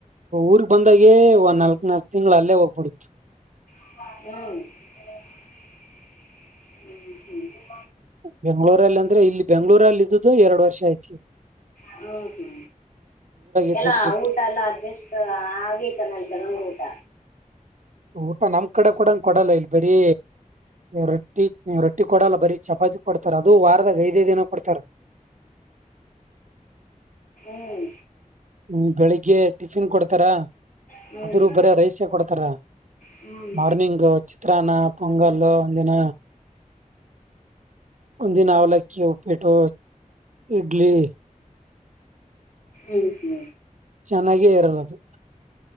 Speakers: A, on the right; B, on the left.
A: ಊರ್ಗ್ ಬಂದಾಗೆ ಒಂದ್ ನಾಲ್ಕ್ ನಾಲ್ಕ ತಿಂಗಳು ಅಲ್ಲೇ ಹೋಗ್ಬಿಡ್
B: ಹ್ಮ್ ಹ್ಮ ಹ್ಮ
A: ಬೆಂಗ್ಗಳೂರಲ್ಲಿ ಅಂದ್ರೆ ಇಲ್ಲಿ ಬೆಂಗ್ಳೂರಲ್ಲಿ ಇದುದುು ಎರಡು ವರ್ಷ ಐತಿ
B: ಹ್ಮ ಹ್ಮ
A: ಇದ್ದದ್
B: ಎಲ್ಲ
A: ಬಿಟ್ಟು
B: ಊಟ ಎಲ್ಲ ಅಡ್ಜಸ್ಟ್ ಆಗೇತಲ್ಲ ಅಲ್ಲಿನವರು ಊಟ
A: ಊಟ ನಮ್ ಕಡೆ ಕೂಡಂಗ ಕೊಡಲ್ಲ ಇಲ್ ಬರಿ ರೊಟ್ಟಿ ರೊಟ್ಟಿ ಕೊಡಲ್ಲ ಬರೀ ಚಪಾತಿ ಕೊಡ್ತಾರ ಅದು ವಾರದಾಗ ಐದೇ ದಿನ ಕೊಡ್ತಾರ ಹ
B: ಹ್ಮ್
A: ಹ್ಮ ಬೆಳಿಗ್ಗೆ ಟಿಫಿನ್ ಕೊಡ್ತಾರ
B: ಹ್ಮ್
A: ಆದದ್ರೂ ಬರ ರೈಸೇ ಕೊಡ್ತಾರ
B: ಹ್ಮ್
A: ಮಾರ್ನಂಗ್ ಚಿತ್ರಾನ್ನ ಪೊಂಗಲು ಅಂದಿನ ಒಂದಿನ ಅವಲಕ್ಕಿ ಉಪೇಟೋ ಇಡ್ಲಿ
B: ಹ್ಮ್ ಹ್ಮ
A: ನನಾಗೇ ಇರೋದು